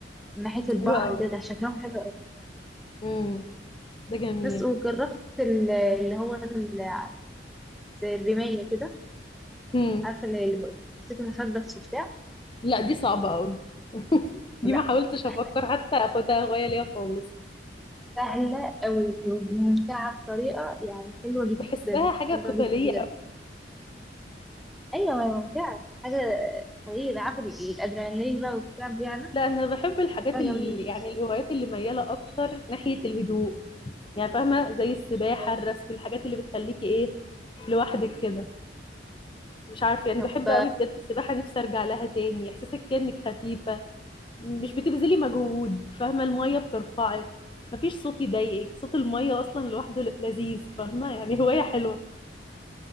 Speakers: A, in the centre; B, on the left.
A: من ناحيه البحر
B: حلوة قوي
A: كده كان شكلهم حلو قوي
B: امم ده جميل
A: بس وجربت ال- اللي هو ال- زي الرمايه كده
B: امم
A: عارفه اللي اللي مسكت المسدس وبتاع
B: لا دي صعبة قوي <laughs> دي
A: لا
B: ما حاولتش أفكر
A: سهله
B: حتى أخدها هواية ليا خالص
A: سهله قوي وممتعه بطريقه يعني حلوه جدا
B: بحسها حاجة
A: حلوه
B: قتالية
A: جدا بجد ايوه ما هي ممتعة حاجة طريقة عارفة الأدرينالين بقى والكلام دي يعني
B: لا انا بحب الحاجات
A: حاجة
B: اللي
A: جميلة
B: يعني الهوايات اللي مياله اكتر ناحيه الهدوء يعني فاهمه زي السباحه
A: اه
B: الرسم الحاجات اللي بتخليكي ايه لوحدك كده مش عارفه يعني
A: طب
B: بحب قوي بجد السباحه نفسي ارجع لها تاني احساسك كانك خفيفه مش بتبذلي مجهود فاهمه الميه بترفعك مفيش صوت يضايقك صوت الميه اصلا لوحده ل- لذيذ فاهمه يعني هوايه حلوه